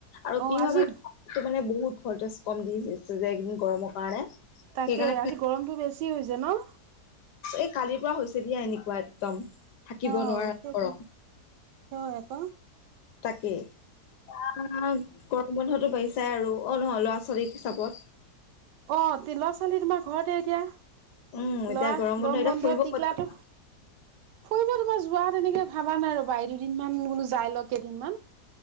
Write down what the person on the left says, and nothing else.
আৰু
কি হয়
মানে মানে বহুত ফলটেজ কম দিছে যে এদিন গৰমৰ কাৰণে।
সেইকাৰণে
এই কালিৰ পৰা হৈছে দিয়া এনেকুৱা একদম থাকিব
নোৱাৰা
গৰম
তাকেই, <unintelligible> বন্ধতো বাঢ়িছাই আৰু অ নহয় ল'ৰা ছোৱালীক হিচাপত।
উম এতিয়া
গৰম
এতিয়া
ফুৰিব
ক'ত যাবা